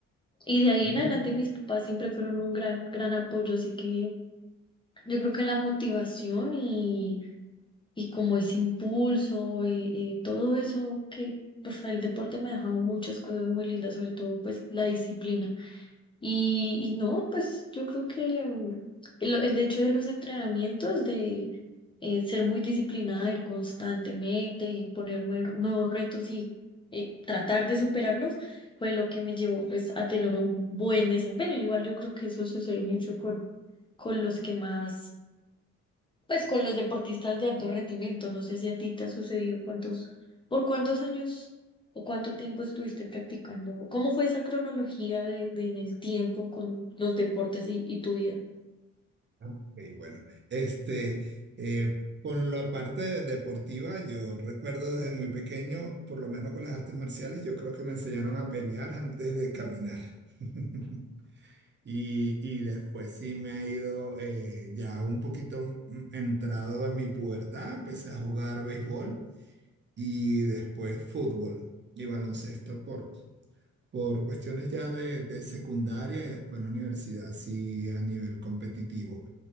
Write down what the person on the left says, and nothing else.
Y de ahí
en adelante mis papás siempre fueron un gran, gran apoyo, así que yo creo que la motivación y, y como ese impulso, eh, eh, todo eso que, pues el deporte me ha dejado muchas cosas muy lindas, sobre todo pues la disciplina. Y, y no, pues yo creo que mm, el, el hecho de los entrenamientos, de eh, ser muy disciplinada, ir constantemente y ponerme r- nuevos retos y eh, tratar de superarlos, fue lo que me llevó pues a tener un buen desempeño. Igual yo creo que eso sucede mucho con, con los que más pues con los deportistas de alto rendimiento, no sé si a ti te ha sucedido cuántos, por cuántos años o cuánto tiempo estuviste practicando, cómo fue esa cronología de, de en el tiempo con los deportes y, y tu vida.